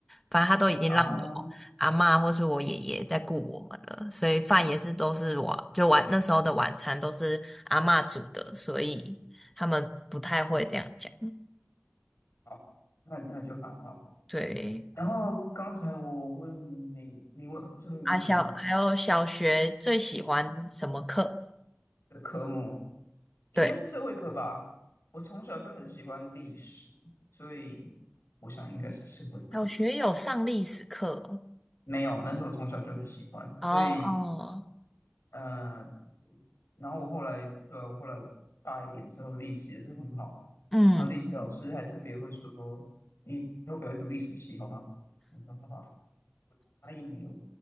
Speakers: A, in the centre; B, on the left.
A: 反正他都已经让我阿嬷或是我爷爷在顾我们了，
B: 啊，
A: 所以饭也是都是我就晚那时候的晚餐都是阿嬷煮的，所以他们不太会这样讲。
B: 好，那那就还好。
A: 对，
B: 然后刚才我问你，你问最后一个问题是什么？
A: 啊小还有小学最喜欢什么课？
B: 的科目应该是社会科吧？
A: 对，
B: 我从小就很喜欢历史，所以我想应该是社会科。
A: 小学有上历史课
B: 没有，但是我从小就很喜欢，
A: 哦，
B: 所以
A: 哦，
B: 呃，然后我后来对啊我后来大一点之后，历史也是很好。
A: 嗯，
B: 然后历史老师还特别会说：“你以后不要读历史系好吗？”我说：“好吧。”阿姨没有，